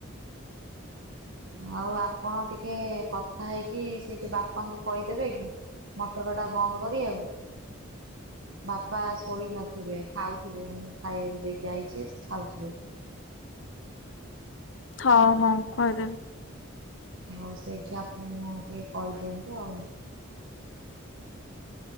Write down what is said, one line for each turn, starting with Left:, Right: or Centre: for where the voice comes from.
Right: ଆଉ ଆପଣ ଟିକେ କଥା ହେଇକି, ସେଇଠି ବାପାଙ୍କୁ କହିଦେବେ କି? ମଟରଟା ବନ୍ଦ କରିଆକୁ। ବାପା ଶୋଇନଥିବେ, ଖାଉଥିବେ ମୁଁ ଖାଇବାକୁ ଦେଇକି ଆଇଛି ଖାଉଥିବେ।
Left: ହଉ ହଉ କହିଦେବି।
Right: ହଉ ସେଇଠି ଆପଣ ଟିକେ କହିଦିଅନ୍ତୁ ଆଉ।